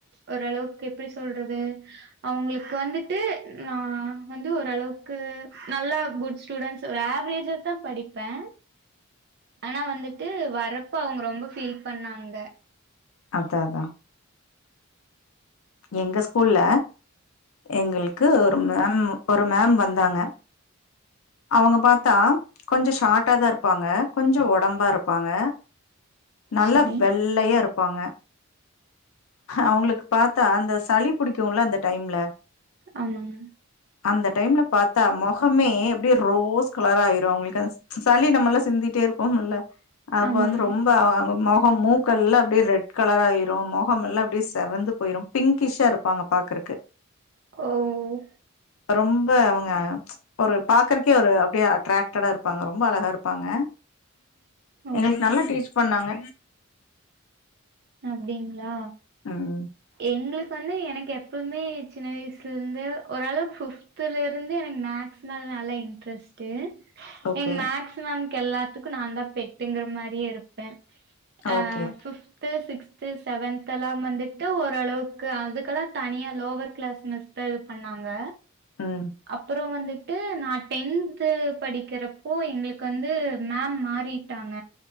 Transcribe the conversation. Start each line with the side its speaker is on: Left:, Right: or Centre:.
Right: ஓரளவுக்கு எப்டி சொல்றது அவுங்களுக்கு வந்துட்டு நா வந்து ஓரளவுக்கு நல்லா குட்ஸ் ஸ்டூடெண்ட்ஸ் ஒரு ஆவ்ரேஜா தா படிப்பே ஆனா வந்து ட்டு வரப்ப அவுங்க ரொம்ப ஃபீல் பண்ணாங்க
Left: அதா அதா எங்க ஸ்கூல்ல எங்கிள்க்கு ஒரு மேம் ஒரு மேம் வந்தாங்க அவங்க பாத்தா கொஞ்ச ஷாட்டாதா இருப்பாங்க கொஞ்ச ஒடம்பா இருப்பாங்க நல்ல
Right: சரி
Left: வெள்ளையா இருப்பாங்க அவுங்ளுக்கு பாத்தா அந்த சளி புடிக்குல அந்த டைம்ல
Right: ஆமாங்க
Left: அந்த டைம்ல பாத்தா மொகமே அப்டியே ரோஸ் கலராயிரு அவுங்ளுக்கு சளி நம்மல்லா சிந்திட்டே இருப்போமுல்ல அப்ப
Right: ஆமாங்க
Left: வந்து ரொம்ப அவங் மொகம் மூக்கல்லா அப்டியே ரெட் கலராயிரு மொ மொகமல்லாம் அப்டியே செவந்து போயிரும் பிங்கிஷ்ஷா இருப்பாங்க பாக்குறக்கு
Right: ஓ ஓ
Left: ரொம்ப அவங்க ஒரு பாக்கறக்கே ஒரு அப்டியே அட்ராக்டடா இரு பாங்க ரொம்பா அழகாருப்பாங்க
Right: ஓ
Left: எங்களுக்கு நல்லா டீச் பண்ணாங்க
Right: அப்டிங்ளா
Left: ம்
Right: எங்களுக்கு வந்து எனக்கு எப்பவுமே சின்ன வயசுல இருந்து ஓரளவு ஃபிப் த்துலேர்ந்து எனக்கு மேக்ஸ் மேல நல்லா இன்ட்ரெஸ்ட்டு
Left: ஓகே
Right: எங்க மேக்ஸ் மேம் எல்லாத்துக்கும் நான் தான் பெட்டுங்கிற மாறியே இருப்பேன் அ
Left: ஓகே
Right: ஃபிப் த்து சிக்ஸ்த்து செவன்த்தெல்லாம் வந்துட்டு ஓரளவுக்கு அதுக்கெல்லாம் தனியா லோவர் கிளாஸ் மிஸ் த இது பண்ணாங்க
Left: ம்
Right: அப்புறம் வந்துட்டு நான் டென்த்து படிக்கிறப்போ எங்களுக்கு வந்து மேம் மாறிட்டாங்க